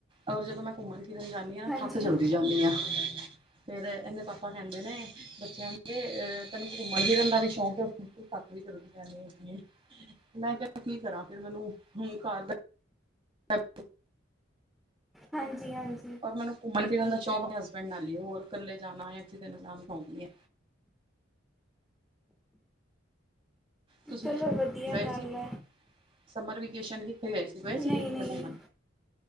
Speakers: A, on the right (about 25°); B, in the centre.
A: ਔਰ ਜਦੋਂ ਮੈਂ ਘੁੰਮਣ ਫਿਰਨ ਜਾਂਦੀ ਹਾਂ ਨਾ
B: ਹਾਂਜੀ
A: ਥੱਕ ਜਲਦੀ ਜਾਂਦੀ ਹਾਂ ਫੇਰ ਇਹਨੇ ਪਾਸੇ ਆਪਾ ਕਹਿੰਦੇ ਨੇ ਬੱਚਿਆਂ ਦੇ ਅਹ ਤੈਨੂੰ ਘੁੰਮਣ ਫਿਰਨ ਦਾ ਵੀ ਸ਼ੌਂਕ ਹੈ ਤੂੰ ਥਕ ਵੀ ਜਲਦੀ ਜਾਂਦੇ ਹੈ। ਮੈਂ ਕਿਹਾ ਕੀ ਕਰਾਂ ਫੇਰ ਮੈਨੂੰ ਹੁਣ ਘਰ ਬ ਸੱ
B: ਹਾਂਜੀ, ਹਾਂਜੀ।
A: ਮੈਨੂੰ ਘੁੰਮਣ ਫਿਰਨ ਦਾ ਸ਼ੌਕ ਆਪਣੇ ਹਸਬੈਂਡ ਨਾਲ ਹੀ ਹੈ ਹੋਰ ਇਕੱਲੇ ਜਾਣਾ ਕਿਸੇ ਨਾਲ ਜਾਣਾ ਸ਼ੌਕ ਨੀ ਹੈ। ਤੁਸੀਂ
B: ਚਲੋ ਵਧੀਆ
A: ਗਏ
B: ਗੱਲ
A: ਸੀ
B: ਹੈ
A: ਸਮਰ ਵੇਕੇਸ਼ਨ ਕਿੱਥੇ ਗਏ ਸੀ ਗਏ ਸੀਗੇ
B: ਨਹੀਂ
A: ਕਿਥੇ
B: ਨਹੀਂ
A: ਘੁੰਮਣ?